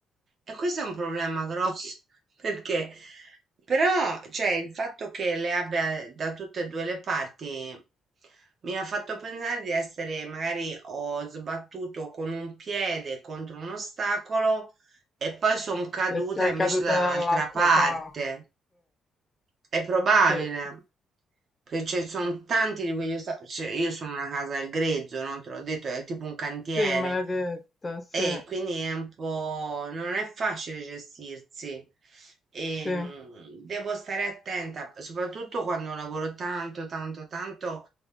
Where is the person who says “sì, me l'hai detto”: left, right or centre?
Left